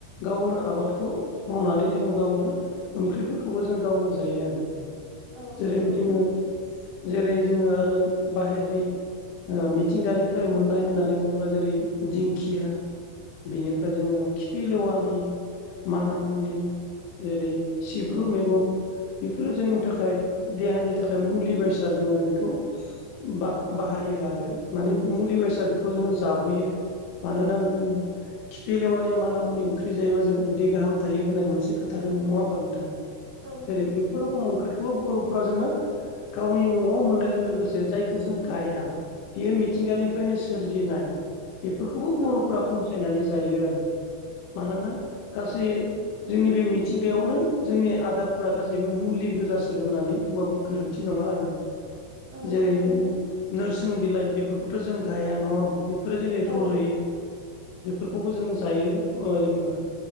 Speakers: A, on the left; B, on the right.
A: गावनो आबादखौ मावनानै जोङो गावनो ओंख्रिफोरखौबो जों गावनो जायो आरो।
B: औ
A: जेरै
B: नंगौ।
A: जोङो जेरै जोङो आरो बाहेरनि मिथिंगानिफ्राय मोननाय होननानै बुङोब्ला जेरै दिंखिया बिनिफ्राय जोङो खिफि लेवानि माना मुनि जेरै सिब्रु मैगं बेफोरो जोंनि
B: औ
A: थाखाय देहानि थाखाय मुलि बायसा जोङो बेखौ बा-बाहायो आरो माने मुलि बायसा बेखौ जोङो जाबोयो मानोना जोङो खिफिलेवानि माना मुनि ओंख्रि जायोबा जों उदै गाहाम थायो होननाय मोनसे खोथा दङ नङा होमबा नोंथां? जेरै
B: औ नंगौ
A: बेफोर रखम ओंख्रिखौबो बर'फोरा जोङो गावनि न'आव मोननायजों लोगोसे जायखो जों गाया बियो मिथिंगानिफ्रायनो सोरजिनाय बेफोरखौबो बर'फोरा
B: औ
A: खनसायनानै जायो आरो मानोना गासै जोंनि बे मिथिंगायावनो जोंनि आदारफोरा गासैबो मुलि गोजासो होननानै बुंबाबो गोरोन्थि नङा आरो
B: औ
A: जेरै
B: थारैनो
A: नोरसिं बिलाइ बेफोरखौथ' जों गाया नङा होमबा बेफोरो जेरै रज'यो
B: औ
A: बेफोरखौबो जों जायो ओ जेनबा